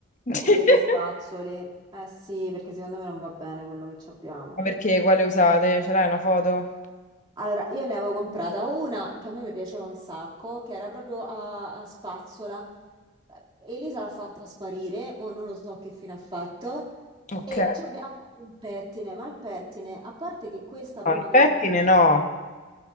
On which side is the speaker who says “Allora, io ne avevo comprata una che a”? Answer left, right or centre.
Right